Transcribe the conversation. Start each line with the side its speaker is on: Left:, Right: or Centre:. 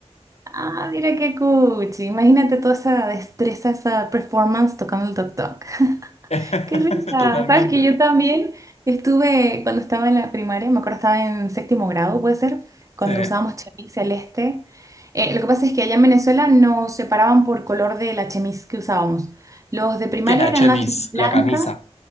Right: Ah, mira qué cuchi. Imagínate toda esa destreza, esa performance tocando el toc, toc.
Left: <laughs>
Right: Qué risa.
Left: Totalmente.
Right: Sabes que yo también estuve, cuando estaba en la primaria, me acuerdo estaba en séptimo grado, puede ser, cuando
Left: Sí.
Right: usábamos chemis celeste. Eh, lo que pasa es que allá en Venezuela nos separaban por color de la chemis que usábamos. Los de primaria
Left: ¿Qué es la
Right: eran
Left: chemis?
Right: la chemis blanca,
Left: La camisa.